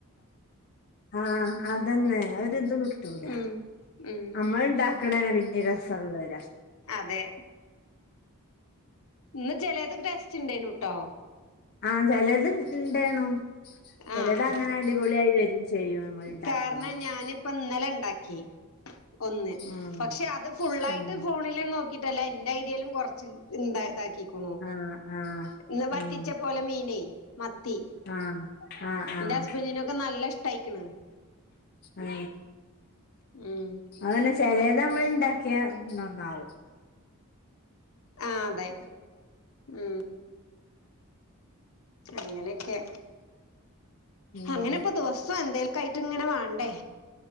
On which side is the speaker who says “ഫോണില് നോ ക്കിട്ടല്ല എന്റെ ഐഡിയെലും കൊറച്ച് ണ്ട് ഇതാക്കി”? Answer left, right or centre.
Left